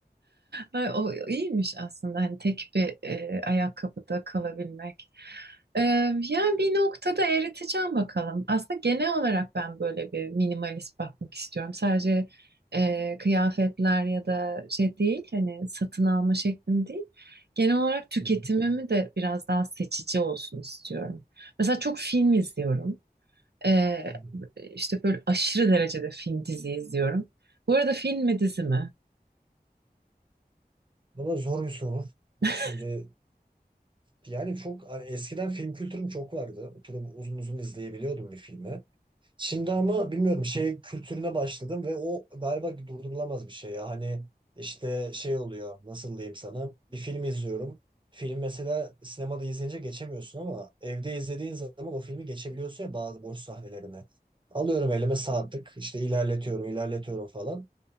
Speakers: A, on the right; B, on the right.
A: Ay, O iyiymiş aslında hani tek bir e, ayakkabıda kalabilmek. E, yani bir noktada eriteceğim bakalım. Aslında genel olarak ben böyle bir minimalist bakmak istiyorum. Sadece e, kıyafetler ya da şey değil hani satın alma şeklim değil. Genel olarak tüketimimi
B: Hı hı.
A: de biraz daha seçici olsun istiyorum. Mesela çok film izliyorum. Ee,
B: Hı hı.
A: işte böyle aşırı derecede film dizi izliyorum. Bu arada film mi dizi mi?
B: Valla zor bir soru.
A: <laughs>
B: Şimdi yani çok hani eskiden film kültürüm çok vardı. Oturup uzun uzun izleyebiliyordum bir filmi. Şimdi ama bilmiyorum şey kültürüne başladım ve o galiba durdurulamaz bir şey ya. Hani işte şey oluyor nasıl diyeyim sana bir film izliyorum. Film mesela sinemada izleyince geçemiyorsun ama evde izlediğin zaman o filmi geçebiliyorsun ya bazı boş sahnelerini. Alıyorum elime saatlik işte ilerletiyorum ilerletiyorum falan.